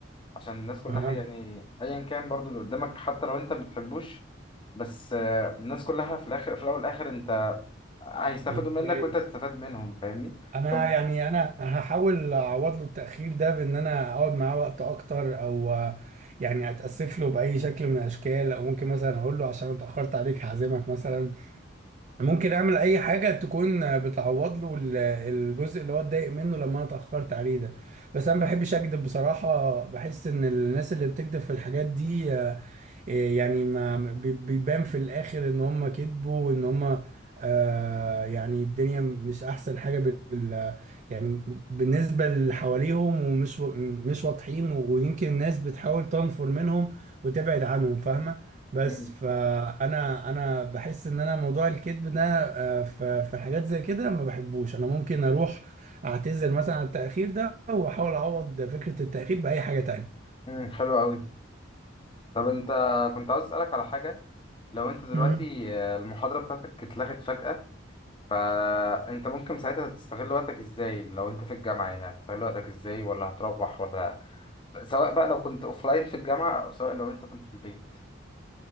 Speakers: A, on the left; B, on the right.
A: عشان الناس كلها
B: اه
A: يعني ايا كان برضو اللي قدامك حتى لو انت ما بتحبوش بس آه، الناس كلها في الاخر في الاول والاخر انت هيستفادوا
B: اوكي
A: منك وانت تستفاد منهم فاهمني
B: انا
A: طب
B: يعني انا هحاول اعوض له التاخير ده بان انا اقعد معاه وقت اكتر او آه، يعني اتاسف له باي شكل من الاشكال او ممكن مثلا اقول له عشان اتاخرت عليك هعزمك مثلا ممكن اعمل اي حاجه تكون آه، بتعوض له ال- الجزء اللي هو اتضايق منه لما انا اتاخرت عليه ده بس انا ما بحبش اكذب بصراحه بحس ان الناس اللي بتكذب في الحاجات دي إيه يعني ما بي- بيبان في الاخر ان هم كذبوا وان هم آه يعني الدنيا مش احسن حاجه بال يعني بالنسبه اللي حواليهم ومش و- مش واضحين ويمكن الناس بتحاول تنفر منهم وتبعد عنهم فاهمه بس
A: مم،
B: فانا انا بحس ان انا موضوع الكذب ده آه، في في حاجات زي كده ما بحبوش انا ممكن اروح اعتذر مثلا عن التاخير ده واحاول اعوض فكره التاخير باي حاجه تانية
A: مم، حلو قوي طب انت كنت عاوز اسالك على حاجه لو انت دلوقتي
B: امم
A: آه، المحاضرة بتاعتك اتلغت فجأة فانت ممكن ساعتها تستغل وقتك ازاي لو انت في الجامعة يعني هتستغل وقتك ازاي ولا هتروح ولا سواء بقى لو كنت اوفلاين في الجامعة او سواء لو انت كنت في البيت